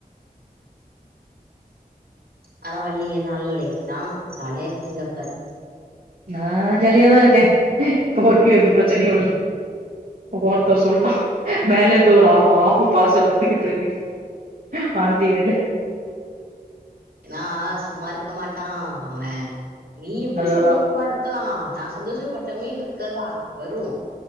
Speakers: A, on the right (about 80°); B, on the right (about 65°).
A: பரவால்லயே நல்ல லைஃப் தா ஜாலியா இருக்கீங்க அப்ப
B: நா ஜாலியாதா இருக்கே இப்ப வரைக்கு எந்த ப்ரச்சனையு இல்ல ஒருத்த சொல்ட்டா மேலெந்து ஒரு ஆப் ஆப்பு பார்சல் வந்துகிட்டு இருக்குன்னு ஆண்டி வேல
A: ஏன்னா சும்மா இருக்க மாட்டா அவே நீ எப்டி
B: அதுதா
A: சந்தோஷமா இருக்கலா நா சந்தோஷ படுனுமேன்றதுக்காக அ வரு